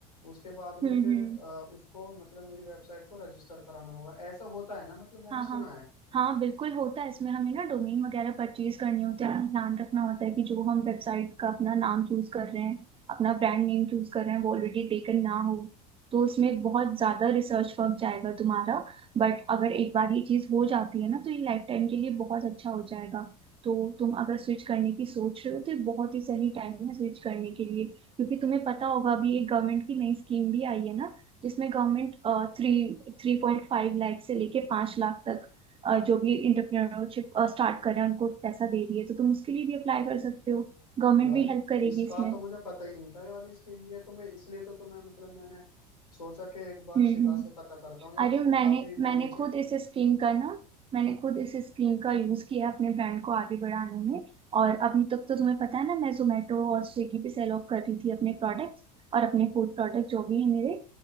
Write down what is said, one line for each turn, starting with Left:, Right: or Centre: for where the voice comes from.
Left: उसके बाद
Right: हम्म
Left: में फिर
Right: हम्म
Left: अ, उसको मतलब मेरी वेबसाइट को रजिस्टर कराना होगा ऐसा होता है ना मतलब मैंने
Right: हाँ हाँ
Left: सुना है
Right: हाँ बिल्कुल होता है इसमें हमें ना डोमेन वगैरह परचेज करने होते हैं हमें ध्यान रखना होता है कि जो हम वेबसाइट का अपना नाम चूज कर रहे हैं अपना ब्रांड नेम चूज कर रहे हैं वो ऑलरेडी टेकन ना हो तो उसमें बहुत ज्यादा रिसर्च वर्क जाएगा तुम्हारा बट अगर एक बार ये चीज हो जाती है ना तो ये लाइफ टाइम के लिए बहुत अच्छा हो जाएगा तो तुम अगर स्विच करने की सोच रहे हो तो ये बहुत ही सही टाइम है स्विच करने के लिए क्योंकि तुम्हें पता होगा अभी एक गवर्नमेंट की नई स्कीम भी आई है ना जिसमें गवर्नमेंट थ्री थ्री पॉइंट फाइव लाख से लेके पांच लाख तक अ, जो भी इंटरप्रेन्योरशिप स्टार्ट कर रहे हैं उनको पैसा दे रही है तो तुम उसके लिए भी अप्लाई कर सकते हो गवर्नमेंट
Left: यार
Right: भी
Left: इस-
Right: हेल्प करेगी
Left: इसका
Right: इसमें
Left: तो मुझे पता ही नहीं था ये वाली स्कीम भी है तो मैं इसलिए तो तुम्हें मतलब मैंने सोचा कि एक बार
Right: हम्म
Left: शिवा
Right: हम्म
Left: से पता करता हूँ यार
Right: अरे
Left: उसको
Right: मैंने
Left: काफी नॉलेज
Right: मैंने
Left: है
Right: खुद इस स्कीम का ना मैंने खुद इस स्कीम का यूज किया अपने ब्रांड को आगे बढ़ाने में और अभी तक तो तुम्हें पता है ना मैं जोमेटो और स्विगी पे सेल ऑफ कर रही थी अपने प्रोडक्ट्स और अपने फूड प्रोडक्ट जो भी है मेरे